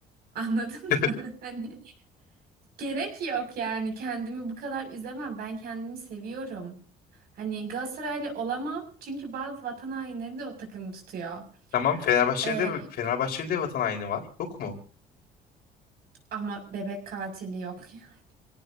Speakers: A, on the right; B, on the left.
A: Anladın
B: <laughs>
A: mı? <laughs> Hani Gerek yok yani kendimi bu kadar üzemem. Ben kendimi seviyorum. Hani Galatasaraylı olamam çünkü bazı vatan hainleri de o takımı tutuyor.
B: Tamam Fenerbahçe'de
A: Ee,
B: Fenerbahçeli de vatan haini var. Yok mu?
A: ama bebek katili yok. <laughs>